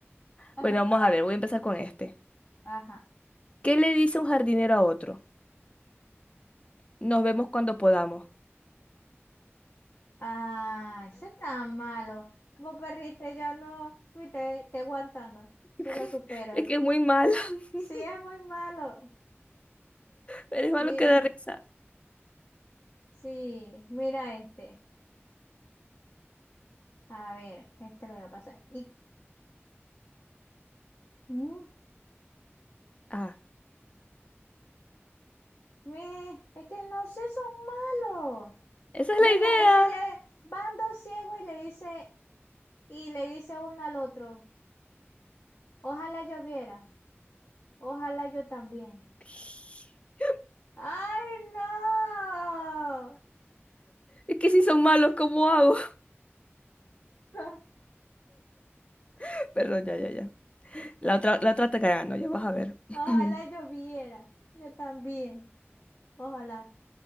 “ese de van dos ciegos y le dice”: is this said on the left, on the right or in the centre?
Left